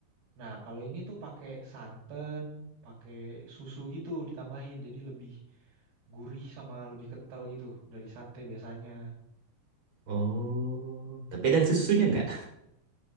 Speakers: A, on the right; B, on the right.
A: Nah, kalau ini tuh pakai santan, pakai susu gitu ditambahin, jadi lebih gurih sama lebih kental gitu dari sate biasanya.
B: Oh, tapi ada rasa susunya nggak?